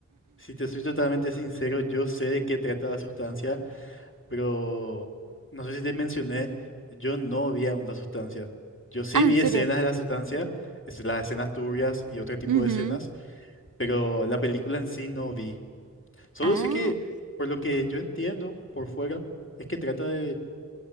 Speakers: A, on the left; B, on the right.
A: si te soy totalmente sincero, yo sé de qué trata la sustancia. Pero no sé si te mencioné, yo no vi aún la sustancia. Yo sí
B: Ah,
A: vi
B: ¿en serio?
A: escenas de la sustancia, es- las escenas turbias y otro tipo
B: Ujú.
A: de escenas, pero la película en sí no vi. Solo
B: Ah,
A: sé que, por lo que yo entiendo por fuera, es que trata de,